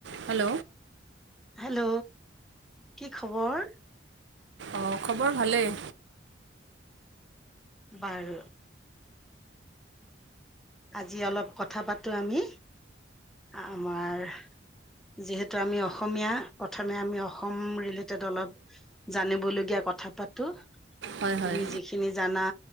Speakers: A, on the right; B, in the centre.
A: Hello
B: hello. কি খবৰ?
A: অ' খবৰ ভালেই।
B: বাৰু। আজি অলপ কথা পাতো আমি। আমাৰ যিহেতু আমি অসমীয়া, প্ৰথমে আমি অসম ৰিলেটেড অলপ জানিবলগীয়া কথা পাতো।
A: হয় হয়
B: তুমি যিখিনি জানা!